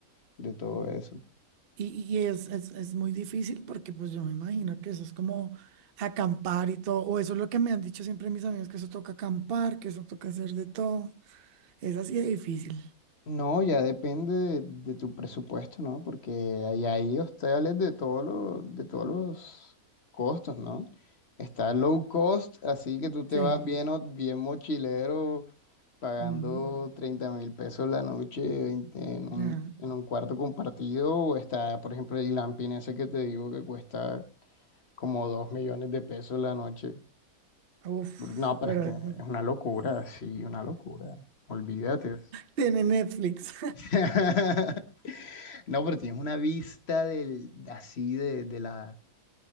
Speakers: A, on the left; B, on the right.
A: de todo eso.
B: Y, y es, es, es muy difícil porque pues yo me imagino que eso es como acampar y todo, o eso es lo que me han dicho siempre mis amigos, que eso toca acampar, que eso toca hacer de todo. Esa sí es difícil.
A: No, ya depende de, de tu presupuesto, ¿no? Porque hay, hay hostales de todos los, de todos los costos, ¿no? Está low cost, así que tú te
B: Sí.
A: vas bien, o- bien mochilero, pagando
B: Mm,
A: treinta mil pesos la noche 20 en un,
B: ajá.
A: en un cuarto compartido. O está, por ejemplo, el glamping ese que te digo que cuesta como 2 millones de pesos la noche.
B: Uf,
A: Por- No, pero
B: pero
A: es que es
B: mm,
A: una locura, sí, una locura. Olvídate.
B: tiene Netflix
A: <laughs> No, pero tienes una vista del, así de, de la,